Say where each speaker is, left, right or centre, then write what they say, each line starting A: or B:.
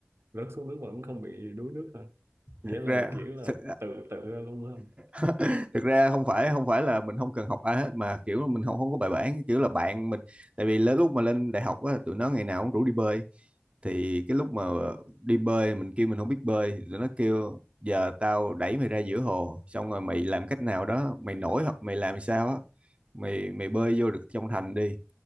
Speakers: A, on the right (about 80°); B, on the right (about 30°).
A: rớt xuống nước vẫn không bị đuối nước hả nghĩa
B: thật
A: là
B: ra
A: kiểu là
B: thật,
A: tự tự ra luôn á
B: <laughs> thực ra không phải không phải là mình không cần học ai hết mà kiểu là mình không không có bài bản kiểu là bạn mình tại vì lớ- lúc mà lên đại học á tụi nó ngày nào cũng rủ đi bơi thì cái lúc mà đi bơi mình kêu mình không biết bơi thì tụi nó kêu giờ tao đẩy mày ra giữa hồ xong rồi mày làm cách nào đó mày nổi hoặc mày làm sao á mày mày bơi vô được trong thành đi